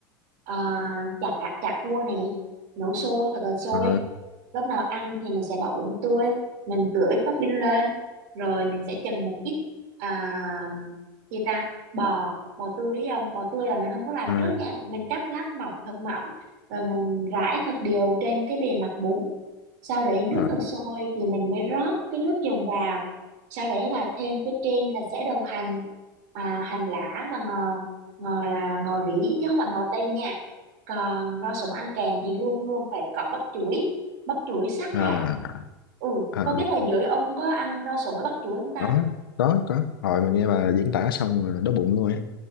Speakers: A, on the right; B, on the left.
A: à, chả cá chả cua này nấu sôi thật là sôi
B: ờ,
A: lúc nào ăn thì mình sẽ bỏ bún tươi mình tưới topping lên rồi mình sẽ chần một ít à, gì ta bò bò tươi ấy ông bò tươi là mình không có làm
B: ờ,
A: trước nha mình cắt lát mỏng thật mỏng rồi mình rải thật đều trên cái bề mặt bún sau đấy nước
B: ờ,
A: thật sôi thì mình mới rót cái nước dùng vào sau đấy là thêm phía trên là sẽ đầu hành à, hành lá và ngò ngò là ngò rỉ chứ không phải ngò tây nha còn rau sống ăn kèm thì luôn luôn phải có bắp chuối bắp chuối sắc
B: ờ,
A: ra ừ
B: ờ.
A: không biết là dưới ông có ăn rau sống với bắp chuối không ta
B: đó có có rồi mà nghe bà diễn tả xong rồi đói bụng luôn á